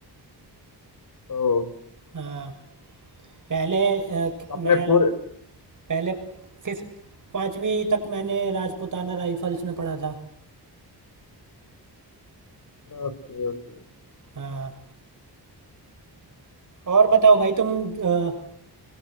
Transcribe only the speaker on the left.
तो
अपने
पूरे
Okay okay